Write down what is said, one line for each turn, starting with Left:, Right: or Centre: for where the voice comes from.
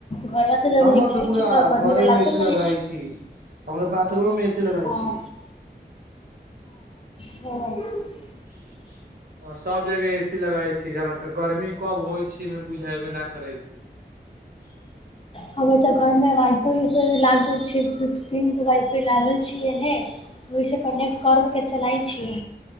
Left: घरसँ जब
Right: हमर
Left: निकलै
Right: तऽ पूरा
Left: छी गर्मी
Right: घरे
Left: तऽ लागबे
Right: मे ए सी
Left: करै
Right: लगै छी हम तऽ बाथरूम मे ए सी चिलवइ
Left: हँ
Right: छी <inaudible>
Left: हँ
Right: ह <inaudible> हँ सभ जगह ए सी लगई छी हैजे गर्मी कब होइ छीमे बुझेबे न करै छी ह
Left: हमे तऽ घरमे वाई फाई लागल छै दूू तीन गो वाई फाई लागल छै छियनि हे ओहिसँ कनेक्ट करबैके चलाइ छियै